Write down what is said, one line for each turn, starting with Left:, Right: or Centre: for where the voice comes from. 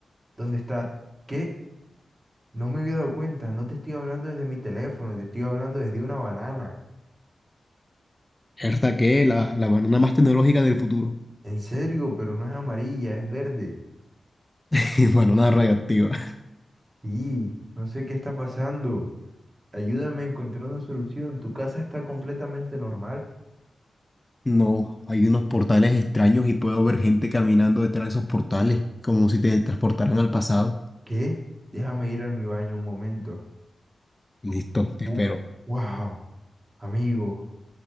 Right: ¿dónde está? ¿Qué? No me había dado cuenta, no te estoy hablando desde mi teléfono, te estoy hablando desde una banana.
Left: Herda que la, la banana más tecnológica del futuro.
Right: En serio, pero no es amarilla, es verde.
Left: <laughs> Banana radioactiva.
Right: Sí, no sé qué está pasando. Ayúdame a encontrar una solución. Tu casa está completamente normal.
Left: No, hay unos portales extraños y puedo ver gente caminando detrás de esos portales, como si te transportaran al pasado.
Right: ¿Qué? Déjame ir a mi baño un momento.
Left: Listo, te
Right: Wu-
Left: espero.
Right: wow, amigo,